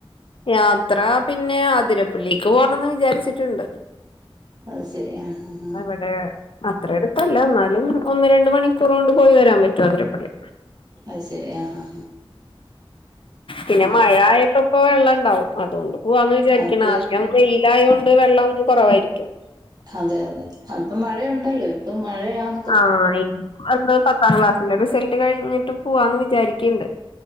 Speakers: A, on the left; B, on the right.
A: യാത്ര പിന്നെ ആതിരപ്പള്ളിക്ക് പോണന്ന് വിചാര്ച്ച്ട്ട്ണ്ട്
B: അയ് ശരി ആഹ് ഹാഹ്
A: ഇന്ന് ഇവ്ടെ അത്ര എട്ത്തല്ല ന്നാലും ഒന്ന് രണ്ട് മണിക്കൂറോണ്ട് പോയി വരാന് പറ്റു അതിരപ്പള്ളി
B: അത് ശരി ആ ആ
A: പിന്നെ
B: ആ
A: മഴയായപ്പം ഇപ്പ വെള്ള ഇണ്ടാവും അത്കൊണ്ട് പോവാന്ന് വിചാര്ക്ക്ണ്
B: ആ അപ്പൊ
A: അധികം
B: ഇനിപ്പോ
A: വെയ്ലായൊണ്ട് വെള്ളം കൊറവായിരിക്കും
B: അതെ അതെ അപ്പം മഴയുണ്ടല്ലോ ഇപ്പം മഴയാന്ന്
A: ആഹ് എന്ത് പത്താം ക്ലാസ്സ്ലെ റിസൾട്ട് കഴിഞ്ട്ട് പുവാന്ന് വിചാരിക്ക്ണ്ട്